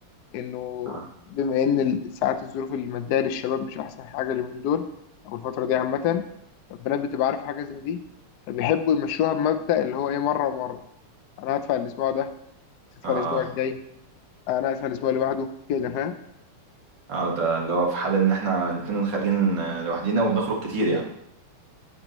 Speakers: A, on the left; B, on the right.
A: انه
B: اه
A: بما ان ال- ساعات الظروف الماديه للشباب مش احسن حاجه اليومين دول او الفتره دي عامه فالبنات بتبقى عارفه حاجه زي دي فبيحبوا يمشوها بمبدا اللي هو ايه مره ومره انا هدفع الاسبوع ده تدفع
B: اه
A: الاسبوع الجاي انا هدفع الاسبوع اللي بعده كده فاهم
B: اه ده اللي هو في حال ان احنا الاتنين خارجين آه، لوحدينا وبنخرج كتير يعني